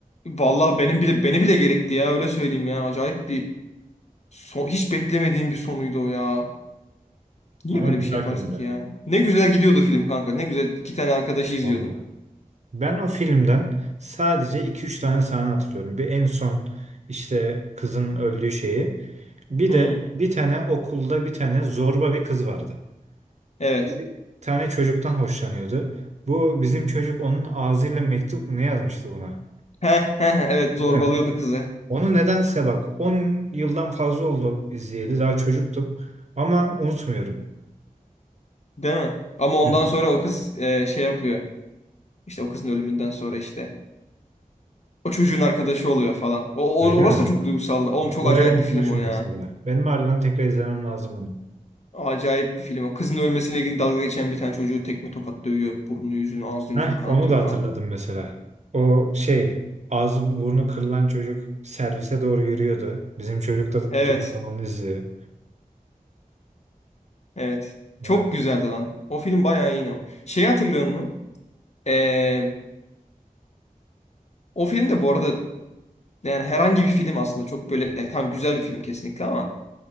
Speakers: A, on the left; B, on the right.
A: Vallahi benim bile beni bile gerekti ya öyle söyleyeyim ya. Acayip bir son, hiç beklemediğim bir sonuydu o ya. Niye
B: Ama
A: böyle
B: güzel
A: bir şey yaparsın
B: filmde.
A: ki ya? Ne güzel gidiyordu film kanka. Ne güzel iki tane arkadaşı izliyordun.
B: Valla. Ben o filmden sadece iki üç tane sahne hatırlıyorum. Bir en son işte kızın öldüğü şeyi. Bir
A: Hmm,
B: de bir tane okulda bir tane zorba bir kız vardı.
A: evet.
B: Bir tane çocuktan hoşlanıyordu. Bu bizim çocuk onun ağzıyla mektup mu ne yazmıştı buna?
A: Heh, heh, heh, evet zorbalıyordu
B: Değil mi?
A: kızı.
B: Onu nedense bak 10 yıldan fazla oldu izleyeli. Daha çocuktum. Ama unutmuyorum.
A: Değil mi? Ama ondan
B: Evet,
A: sonra o kız e, şey yapıyor. İşte o kızın ölümünden sonra işte. O çocuğun arkadaşı oluyor falan. O,
B: öyle
A: o- orası
B: mi?
A: da çok duygusaldı. Oğlum
B: Bak,
A: çok
B: Orayı
A: acayip
B: unutmuşum
A: bir film o ya.
B: mesela. Benim harbiden tekrar izlemem lazım bunu.
A: Acayip bir film o. Kızın ölmesiyle ilgili dalga geçen bir tane çocuğu tekme tokat dövüyor. Burnunu yüzünü ağzını yüzünü
B: Heh,
A: kanatıyor
B: onu da hatırladım
A: falan.
B: mesela. O şey ağzı burnu kırılan çocuk servise doğru yürüyordu. Bizim çocuk da
A: Evet.
B: canavarını izliyor.
A: Evet.
B: Vay,
A: Çok güzeldi lan. O film bayağı iyi. Şeyi hatırlıyor musun? Ee, o film de bu arada Yani herhangi bir film aslında çok böyle yani tam güzel bir film kesinlikle ama